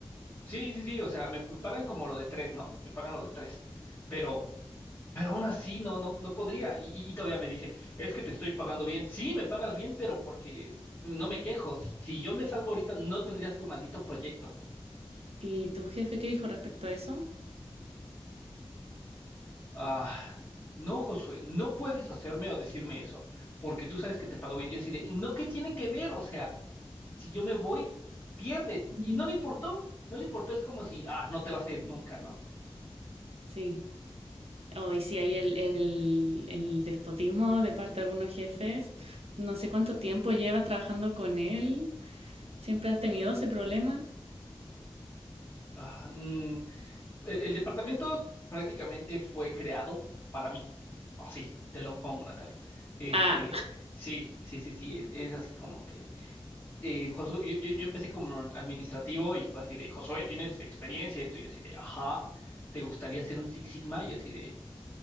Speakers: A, on the left; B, on the right.
A: Sí, sí, sí, o sea, me, me pagan como lo de tres, ¿no? Me pagan lo de tres, pero, pero aún así no, no, no podría. Y, y- y todavía me dice, es que te estoy pagando bien. Sí, me pagas bien, pero porque no me quejo. Si, si yo me salgo ahorita, no tendrías tu maldito proyecto.
B: ¿Y tu jefe qué dijo respecto a eso?
A: Ah, no, Josué, no puedes hacerme o decirme eso, porque tú sabes que te pago bien. Yo así de, no, ¿qué tiene que ver? O sea, si yo me voy, pierdes.
B: Ujú.
A: Y no le importó, no le importó. Es como si, ah, no te vas a ir nunca, ¿no?
B: Sí, hoy sí hay el, el, el despotismo de parte de algunos jefes. No sé cuánto tiempo llevas trabajando con él. ¿Siempre has tenido ese problema?
A: Ah, mm, el, el departamento prácticamente fue creado para mí. Así, te lo pongo, Natalia. Este,
B: Ah,
A: sí, sí, sí, sí, es, es así como que eh, Josué, yo, yo, yo empecé como administrativo y fue así de, Josué, ¿tienes experiencia? Esto, yo así de, ajá, ¿te gustaría ser un Six Sigma? Yo así de,